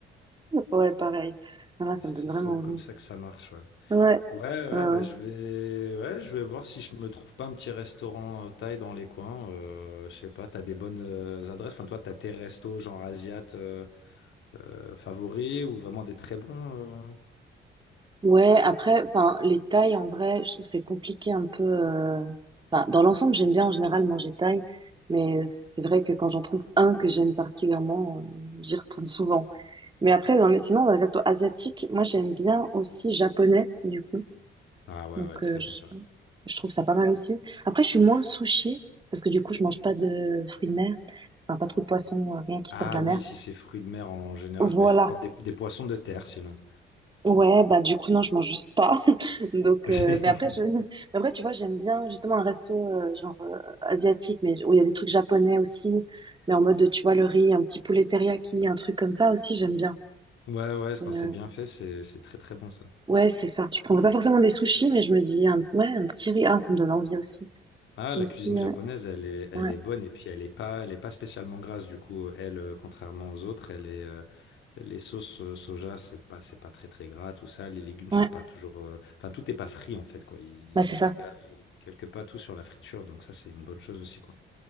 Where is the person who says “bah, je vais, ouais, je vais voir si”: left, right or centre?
Left